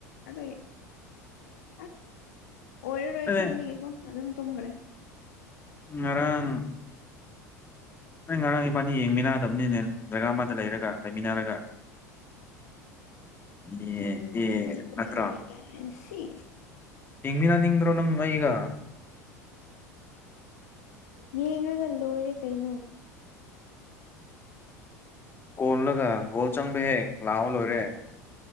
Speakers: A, on the left (about 70°); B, on the left (about 25°).
A: ꯑꯗꯨꯒꯤ ꯑꯁ ꯑꯣꯏꯔꯔꯣꯏ
B: ꯑꯗ
A: ꯈꯟꯕꯒꯤꯀꯣ ꯑꯗꯨꯝ ꯇꯨꯝꯈ꯭ꯔꯦ
B: ꯉꯥꯡ ꯅ ꯉꯔꯥꯡ ꯄꯥꯅꯤ ꯌꯦꯡꯃꯤꯟꯅꯗꯕꯅꯤꯅꯦ ꯖꯒꯥ ꯑꯃꯗ ꯂꯩꯔꯒ ꯂꯩꯃꯤꯟꯅꯔꯒ ꯑꯦ
A: ꯃꯤꯟꯅ
B: ꯑꯦ ꯅꯠꯇ꯭ꯔꯣ
A: ꯀꯕꯅꯤ ꯀ ꯁꯤ
B: ꯍꯃꯤ ꯅ ꯅꯤꯡꯤꯡ꯭ꯔꯣ ꯅꯪ ꯏꯒ
A: ꯌꯦꯡꯉꯒ ꯂꯣꯏꯔꯦ ꯀꯩꯅꯣ
B: ꯀꯣꯜꯂꯒ ꯒꯣꯜ ꯆꯪꯕ ꯍꯦꯛ ꯂꯥꯛꯑꯣ ꯂꯣꯏꯔꯦ